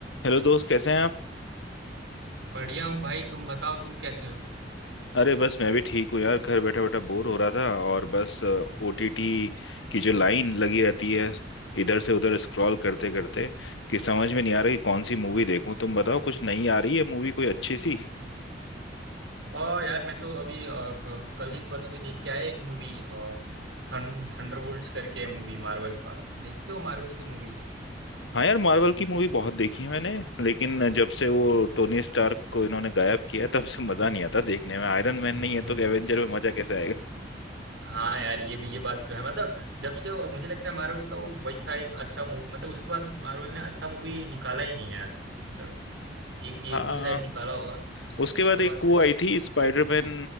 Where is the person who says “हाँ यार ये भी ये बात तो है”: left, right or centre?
Right